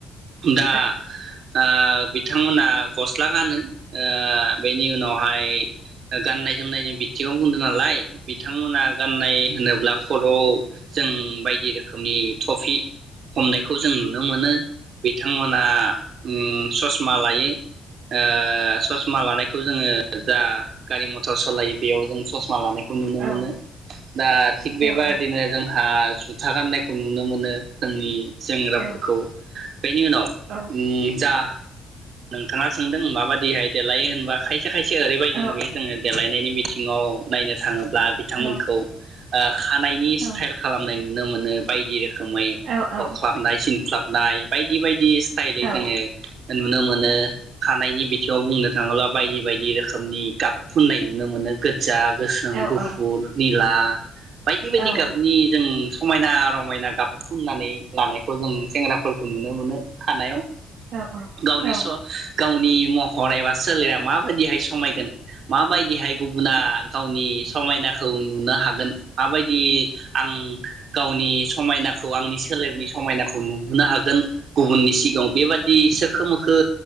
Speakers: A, on the right; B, on the right.
A: औ
B: दा दा बिथांमोना गस्ला गानो ओ बेनि उनावहाय गाननाय जोमनायनि बिथिङाव बुंदों नालाय बिथांमोना गाननाय होनोब्ला खर ' जों बायदि रोखोमनि तफि हमनायखौ खौ जों नुनो मोनो बिथांमोना ओम ससमा लायो ओ ओ ससमा लानायखौ जोंङो जा गारि मथर सलायो बेयाव जों ससमा लानाय नुनो मोनो
A: औ
B: दा थिग
A: औ
B: बेबायदिनो
A: औ
B: जों ओ जुथा गाननायखौ नुनो मोनो जोंनि सेंग्राफोरखौ
A: औ
B: बेनि उनाव
A: औ
B: उम था नोंथाङा सोंदों माबायदि देलाय होनबा खाय खायसे रैबायदि
A: औ
B: नुयो जोंङो देलायनायनि बिदि आथिङाव नायनो थाङोब्ला ब्ला बिथांमोनखौ
A: औ
B: ओ खानायनि
A: औ
B: स्टाइल खालामनाय नु नुनो मोनो बायदि रो खोमै
A: औ औ
B: अख्लाबनाय सिनख्लाब नाय बायदि बायदि बायदि
A: औ
B: जोंङो नुनो मोनो खानायनि बिथिङाव बुंनो <unintelligible> बायदि बायदि रोखोमनि गाब फुननाय नुनो मोनो गोदो जा, गोसोम,
A: औ
B: गुफुर,
A: औ
B: निला <inaudible> बायदि बायदि
A: औ
B: गाबनि जों समायना रमायना गाब फुननानै लानायखौ जों सेंग्राफोरखौ नुनो मोनो खानायाव।
A: औ
B: गावनिस'
A: औ
B: गावनि महर एबा सोलेरा माबायदिहाय समायगोन मा बायदिहाय गुबुना गावनि समायनाखौ नुनो हागोन माबायदि आं गावनि समायनाखौ आंनि सोलेरनि समायनाखौ नुहोनो हागोन गुबुननि सि <unintelligible> बेबादि सोर खो मोखो